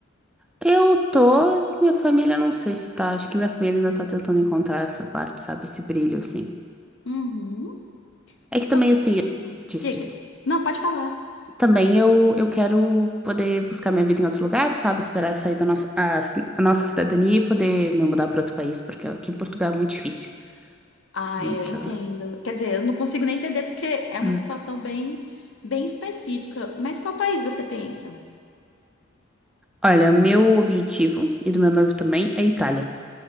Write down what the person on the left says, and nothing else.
Uhum.
E
você?
Hum,
Diga.
Não, pode falar.
Ah,
eu entendo. Quer dizer, eu não consigo nem entender porque é uma
situação bem, bem específica. Mas qual país você pensa?